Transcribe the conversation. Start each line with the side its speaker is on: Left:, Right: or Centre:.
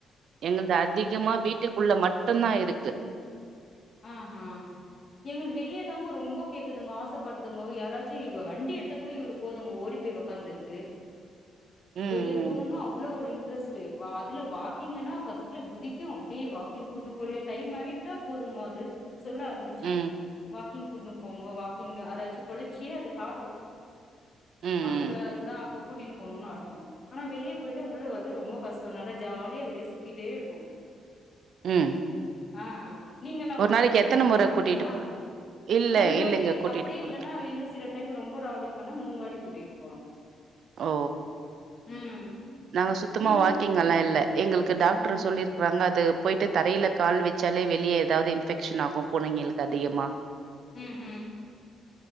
Right: என்னது அதிகமா வீட்டுக்குள்ள மட்டுந்தா இருக்கு
Left: ஆ ஆ எங்கள்து வெளிய தாங்க ரொம்ப கேக்குதுங்க ஆசப்பட்துங்கோ யாராச்சி இவ வண்டி எட்ட கூட இவரு போதுங்கோ ஓடி போயி ஒக்காந்துருது
Right: ம்
Left: வெளிய் போணுன்னா அவ்ளோ ஒரி ட்ரஸ்டு பா அதுல வாக்கிங்குனா ஃபஸ்ட்ல குதிக்கு அப்டியே வாக்கிங் கூட்னு போறியா டைம் ஆயிட்டா போதுங்க அது சொல்ல ஆரமிச்சிரு
Right: ம்
Left: வாக்கிங் கூட்னு போங்க வாக்கிங் அராச்சு கொளிச்சி அது காட்டு
Right: ம் ம்
Left: அதுக்கு அதுதா அப்போ கூட்டின் போணுன்னு அர்த்தோ ஆனா வெளிய போயிட்டா உள்ள வரது ரொம்போ கஸ்ட்டோ நல்ல ஜாலியா வெளிய சுத்திட்டே இருக்கு
Right: ம்
Left: அ அ நீங்கலா
Right: ஒரு
Left: கீங்களா
Right: நாளைக்கு எத்தன
Left: கூட்டி
Right: முற
Left: போறதுன்டா
Right: கூட்டிட்டு போற இல்ல
Left: ரெண்டு
Right: இல்லங்க
Left: வாட்டி
Right: கூட்டிட்டு
Left: அப்டியே
Right: போறது
Left: இல்லனா இன்னு சில டைம் ரொம்ப ராவ்டி பண்ணா மூணு வாட்டி கூட்டிட் போறோ
Right: ஓ
Left: ம்
Right: நாங்க சுத்தமா
Left: நீங்க
Right: வாக்கிங் அல்லா இல்ல எங்ளுக்கு டாக்ட்ரு
Left: ம்
Right: சொல்லிரு வாங்காது போயிட்டு தரையில கால் வச்சாலே வெளியே ஏதாவ்து இன்ஃபெக்ஷன் ஆகு பூனைங்களுக்கு அதிகமா
Left: ம் ஹு